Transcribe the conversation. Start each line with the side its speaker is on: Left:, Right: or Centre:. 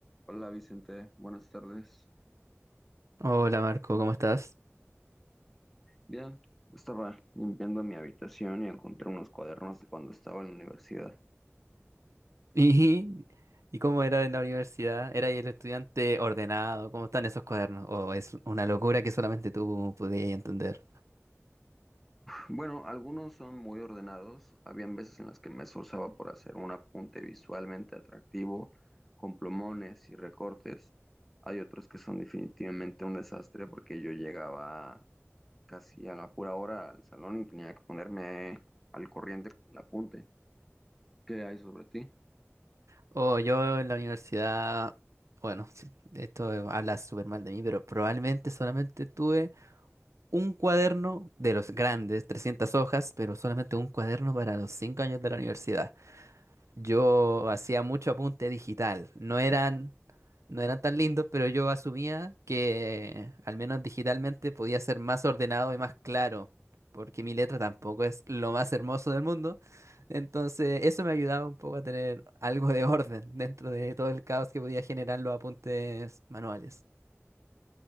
Centre: Hola Vicente, buenas tardes.
Right: Hola Marco, ¿cómo estás?
Centre: Bien, estaba limpiando mi habitación y encontré unos cuadernos de cuando estaba en la universidad.
Right: <laughs> ¿Y, y cómo era en la universidad? ¿Era el estudiante ordenado? ¿Cómo están esos cuadernos? ¿O es una locura que solamente tú podías entender?
Centre: Bueno, algunos son muy ordenados. Habían veces en las que me esforzaba por hacer un apunte visualmente atractivo, con plumones y recortes. Hay otros que son definitivamente un desastre porque yo llegaba casi a la pura hora al salón y tenía que ponerme al corriente con el apunte. ¿Qué hay sobre ti?
Right: O yo en la universidad, bueno, sí, esto eh, habla súper mal de mí, pero probablemente solamente tuve un cuaderno de los grandes, 300 hojas, pero solamente un cuaderno para los 5 años de la universidad. Yo hacía mucho apunte digital. No eran, no eran tan lindos, pero yo asumía que al menos digitalmente podía ser más ordenado y más claro, porque mi letra tampoco es lo más hermoso del mundo. Entonces, eso me ayudaba un poco a tener algo de orden dentro de todo el caos que podía generar los apuntes manuales.